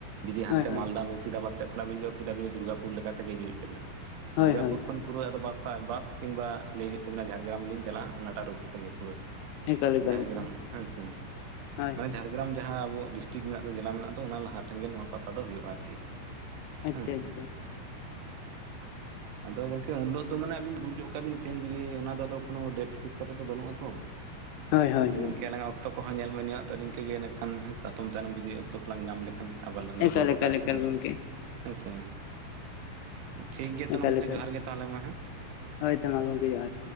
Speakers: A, on the right (about 80°); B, on the left (about 80°).
A: ᱡᱩᱫᱤ ᱦᱟᱱᱛᱮ
B: ᱦᱳᱭ ᱦᱳᱭ
A: ᱢᱟᱞᱫᱟᱢᱩᱨᱥᱤᱫᱟᱵᱟᱫᱽ ᱥᱮᱫ ᱠᱷᱱᱟᱜ ᱵᱤᱱ ᱦᱤᱡᱼᱟ ᱯᱷᱤᱨ ᱟᱫᱚ ᱫᱩᱨᱜᱟᱯᱩᱨ ᱞᱮᱠᱟ ᱞᱮᱠᱟ ᱛᱮ ᱜᱮ ᱦᱤᱡᱩᱜ ᱦᱩᱭᱩᱜ ᱛᱵᱤᱱᱟ,
B: ᱦᱳᱭ
A: ᱫᱩᱨᱜᱟᱯᱩᱨ
B: ᱦᱳᱭ
A: ᱠᱷᱚᱱ ᱯᱩᱨᱟᱹ ᱟᱫᱚ ᱵᱟᱥ, ᱵᱟᱥ ᱠᱤᱢᱵᱟ ᱞᱟᱹᱭ ᱦᱩᱭᱩᱜ ᱛᱟᱵᱤᱱᱟ ᱡᱷᱟᱲᱜᱨᱟᱢ ᱞᱤᱧ ᱪᱟᱞᱟᱜᱼᱟ ᱚᱱᱟᱴᱟᱜ ᱨᱳᱴ ᱛᱮᱜᱮ ᱯᱩᱨᱟᱹ ᱾
B: ᱮᱠᱟᱞ ᱮᱠᱟᱞ
A: ᱡᱷᱟᱲᱜᱨᱟᱢ
B: ᱮᱠᱟᱞ
A: ᱦᱳᱭᱥᱮ
B: ᱦᱳᱭ
A: ᱢᱟᱱᱮ
B: ᱦᱳᱭ
A: ᱡᱷᱟᱲᱜᱨᱟᱢ ᱡᱟᱦᱟᱸ ᱟᱵᱚ ᱰᱤᱥ ᱴᱤᱠ ᱢᱮᱱᱟᱜ ᱫᱚ ᱡᱮᱞᱟ ᱫᱚ ᱚᱱᱟ ᱞᱟᱦᱟ ᱴᱷᱮᱱ ᱜᱮᱮ ᱯᱟᱛᱟ ᱫᱚ ᱦᱩᱭᱩᱜᱼᱟ ᱟᱨᱠᱤ᱾
B: ᱟᱪᱪᱷᱟ
A: ᱦᱮᱸ ᱥᱮ
B: ᱪᱷᱟ᱾
A: ᱟᱫᱚ ᱜᱚᱢᱠᱮ ᱩᱱ ᱦᱤᱞᱳᱜ ᱫᱚ ᱢᱟᱱᱮ ᱟᱵᱤᱱ ᱵᱩᱡᱩᱜ ᱠᱟ ᱵᱤᱱ ᱛᱮᱦᱮᱱ ᱡᱩᱫᱤ ᱚᱱᱟ ᱫᱚ ᱠᱳ ᱰᱮᱴ ᱯᱷᱤᱥ ᱠᱟᱛᱮ ᱫᱚ ᱵᱟᱹᱱᱩᱜ ᱟ ᱛᱚ,
B: ᱦᱳᱭ ᱦᱳᱭ
A: ᱟᱫᱚ
B: ᱦᱳᱭ
A: ᱜᱚᱝᱠᱮ ᱟᱞᱟᱝᱟᱜ ᱚᱠᱛᱚ ᱚᱠᱛᱚ ᱠᱚᱦ ᱧᱮᱞ ᱢᱮᱱᱟᱱᱮᱭᱟ ᱛᱚ ᱱᱤᱝᱠ ᱜᱮ ᱤᱹᱠᱷᱟᱱᱮ ᱥᱟᱛᱚᱢ ᱛᱟᱭᱱᱚᱢ ᱡᱩᱫᱤ ᱚᱠᱛᱚ ᱠᱚᱞᱟᱝ ᱧᱟᱢ ᱞᱮᱠᱷᱟᱱ ᱟᱵᱟᱨ ᱞᱟᱝ ᱨᱚᱯᱚᱨ
B: ᱮᱠᱟᱞ
A: ᱜᱚᱴᱟᱼᱟ
B: ᱮᱠᱟᱞ
A: ᱥᱮᱪᱮᱫ?
B: ᱮᱠᱟᱞ ᱜᱚᱢᱠᱮ
A: ᱦᱳᱭᱥᱮ ᱢᱟ ᱴᱷᱤᱠ ᱜᱮᱭᱟ ᱛᱟᱦᱚᱞᱮ
B: ᱮᱠᱟᱞ
A: ᱜᱚᱝᱠᱮ
B: ᱮᱠᱟᱞ
A: ᱡᱚᱦᱟᱨ ᱜᱮ ᱛᱟᱦᱚᱞᱮ ᱢᱟ ᱦᱮᱸ᱾
B: ᱦᱳᱭ ᱛᱚ ᱢᱟ ᱜᱚᱢᱠᱮ ᱡᱚᱦᱟᱨ᱾